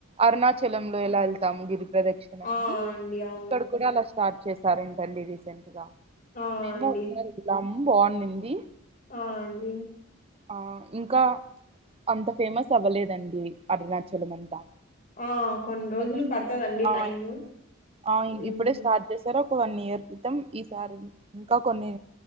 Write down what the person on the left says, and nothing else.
ఆ అండి అవును
ఆ
అండి
ఆ అండి.
ఆ కొన్ని
రోజులు
పడతదండి
టైము
మ్మ్